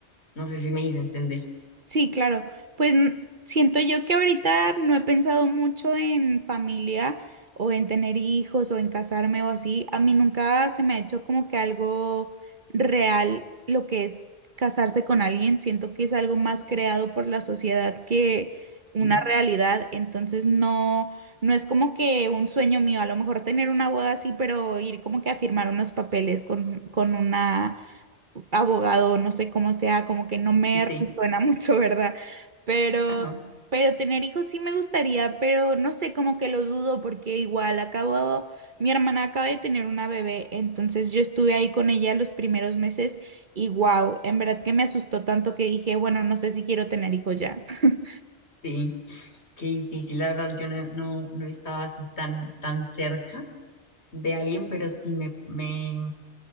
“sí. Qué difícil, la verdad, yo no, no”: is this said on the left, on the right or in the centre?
Left